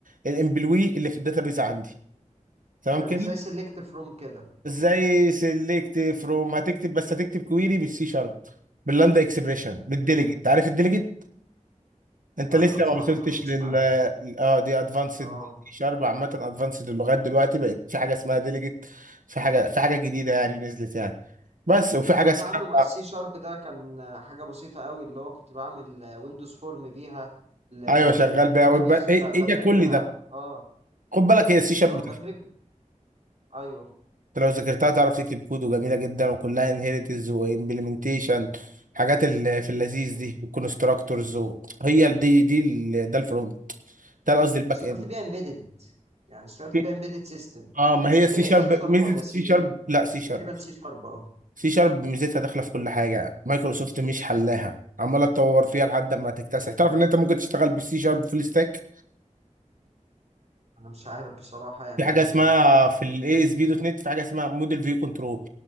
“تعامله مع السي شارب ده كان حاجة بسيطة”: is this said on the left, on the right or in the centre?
Right